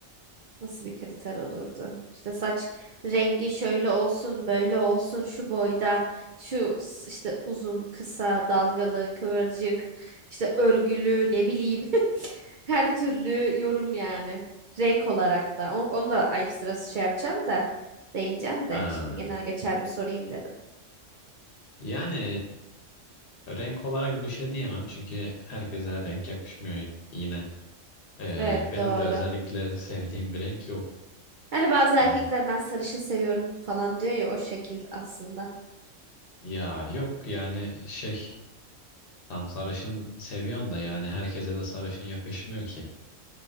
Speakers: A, on the right; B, on the left.
A: nasıl bir kriter olurdu? İşte saç rengi şöyle olsun, böyle olsun, şu boyda, şu s- işte uzun, kısa, dalgalı, kıvırcık, işte örgülü, ne bileyim. <laughs> Her türlü yorum yani. Renk olarak da. Onu, onu da ekstra şey yapacağım da değineceğim
B: Ha.
A: de. Şimdi genel geçer bir sorayım dedim.
B: Yani e, renk olarak bir şey diyemem çünkü herkese her renk yakışmıyor yine. E,
A: Evet,
B: benim
A: doğru.
B: de özellikle sevdiğim bir renk yok.
A: Hani bazı erkekler
B: Yani
A: ben sarışın seviyorum falan diyor ya o şekil aslında.
B: ya yok yani şey tam sarışın seviyorsun da yani herkese de sarışın yakışmıyor ki.